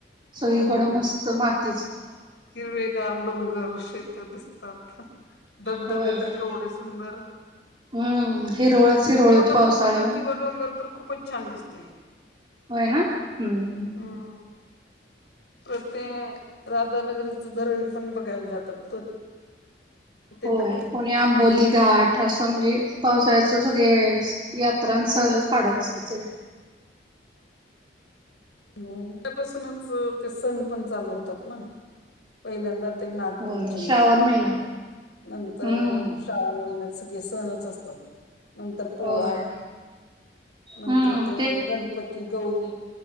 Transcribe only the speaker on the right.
सगळीकडें
मस्त माती
होय होय.
हम्म हिरवळच हिरवळ
होती
पावसाळ्यामुळे
होय ना हम् हम...
होय
कोणी आंबोली घाट असं म्हणजे पावसाळ्यात सगळे यात्रां सहलच काढत असते सगळे
होय श्रावण महिना.
हम्म
होय.
हम्म